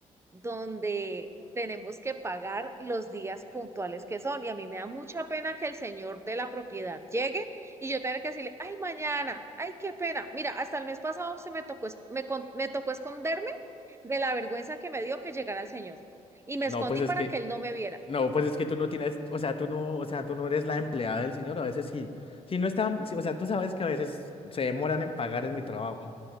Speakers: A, on the right; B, on the left.
A: donde tenemos que pagar los días puntuales que son. Y a mí me da mucha pena que el señor de la propiedad llegue y yo tenga que decirle, ay, mañana, ay, qué pena. Mira, hasta el mes pasado se me tocó, es- me, con- me tocó esconderme de la vergüenza que me dio que llegara el señor. Y me
B: No,
A: escondí
B: pues es
A: para
B: que
A: que él no me viera.
B: No, pues es que tú no tienes, o sea, tú no, o sea, tú no eres la empleada del señor, a veces sí, si no está, sí, o sea, tú sabes que a veces se demoran en pagar en mi trabajo.